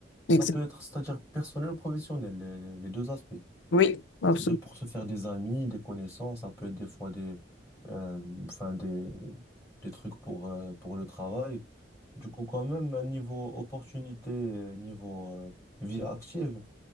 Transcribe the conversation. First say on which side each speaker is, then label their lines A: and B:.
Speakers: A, on the left (about 85°); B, on the left (about 15°).
A: Exact.
B: ça peut être, c'est-à-dire personnel ou professionnel, les les- les deux aspects.
A: Oui, absolument.
B: C'est-à-dire pour se faire des amis, des connaissances, ça peut être des fois des, euh, enfin des, des trucs pour, euh, pour le travail. Du coup, quand même, euh, niveau opportunité, euh, niveau euh, vie active,